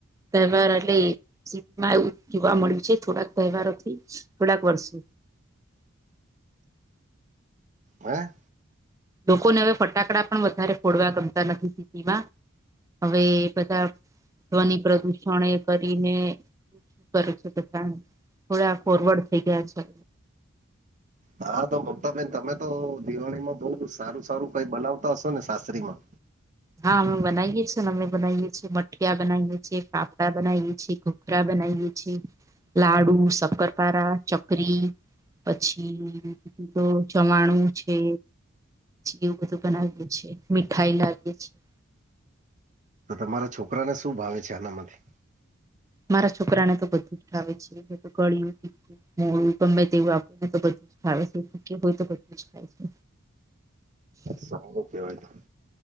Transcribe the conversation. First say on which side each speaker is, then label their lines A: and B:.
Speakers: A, on the right; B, on the right.
A: તહેવાર એટલે સિટીમાં એવું જ જોવા મળ્યું છે થોડાક તહેવારોથી. થોડાક વર્ષો
B: હા
A: લોકોને હવે ફટાકડા પણ વધારે ફોડવા ગમતા નથી સિટીમાં. હવે બધા ધ્વનિ પ્રદૂષણ એ કરીને. શું કરે છે, બધા થોડા ફોરવર્ડ થઈ ગયા છે.
B: હા તો મમતાબેન, તમે તો દિવાળીમાં બહુ સારું સારું કંઈ બનાવતા હશો ને, સાસરીમાં
A: હા અમે બનાઇએ છેને અમે બનાઉં એ છે મઠિયા બનાઈ એ છે ફાફડા બનાઈ એ છે ઘુ ખાખરા બનાવીએ છીએ, લાડુ, શક્કરપારા, ચકરી. પછી તો ચવાણું છે. એવું બધું બનાવીએ છીએ, મીઠાઈ લાવીએ છીએ.
B: તો તમારા છોક છોકરાને શું ભાવે છે આનામાંથી?
A: મારા છોકરાને તો બધું જ ભાવે છે, તો ગળિયું. હું ગમે તેવું આપે ને તો બધું જ ખાય છે, હોય તો બધું જ ખાય છે.
B: સારુ કહેવાય,